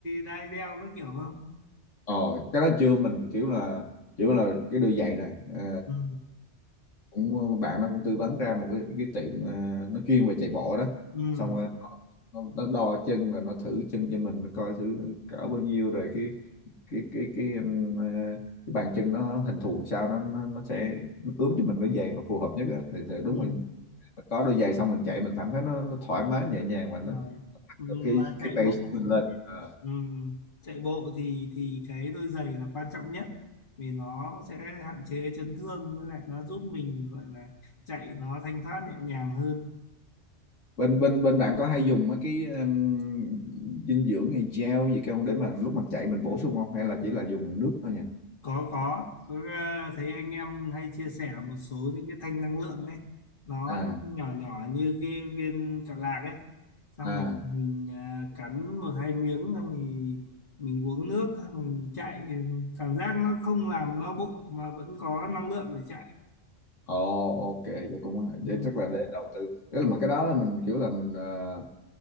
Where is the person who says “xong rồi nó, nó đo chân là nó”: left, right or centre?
Left